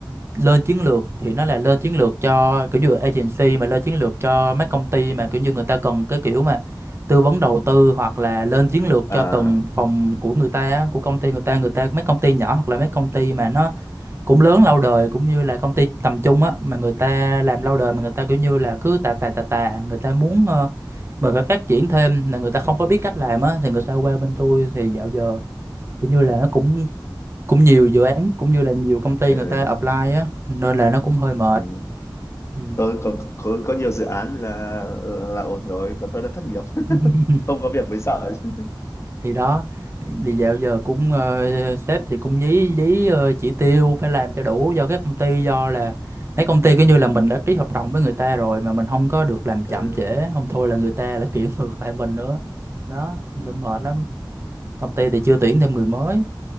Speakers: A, on the right; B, on the left.
A: lên chiến lược thì nó là lên chiến lược cho kiểu như agency mà lên chiến lược cho mấy công ty mà kiểu như người ta cần cái kiểu mà tư vấn đầu tư hoặc là lên chiến lược
B: à,
A: cho từng phòng của người ta á, của công ty người ta người ta mấy công ty nhỏ hoặc là mấy công ty mà nó cũng lớn lâu đời cũng như là công ty tầm trung á mà người ta làm lâu đời mà người ta kiểu như là cứ tà tà tà tà người ta muốn ờ, mình phải phát triển thêm là người ta không có biết cách làm á thì người ta qua bên tôi thì dạo giờ kiểu như là nó cũng cũng nhiều dự án cũng như là nhiều công ty
B: ừ,
A: người ta apply á nên là nó cũng hơi mệt
B: ừ.
A: ừ.
B: tôi có, có có nhiều dự án là là ổn rồi còn hơn là thất nghiệp <laughs>
A: <laughs>
B: không có việc mới sợ chứ.
A: thì đó thì dạo giờ cũng ờ, sếp thì cũng dí dí ờ, chỉ tiêu phải làm cho đủ do các công ty do là mấy công ty cứ như là mình đã ký hợp đồng với người ta rồi mà mình không có được làm chậm
B: ừ.
A: trễ không thôi là người ta lại kiện <laughs> ngược lại mình nữa đó
B: ừ,
A: nên mệt lắm công ty thì chưa tuyển thêm người mới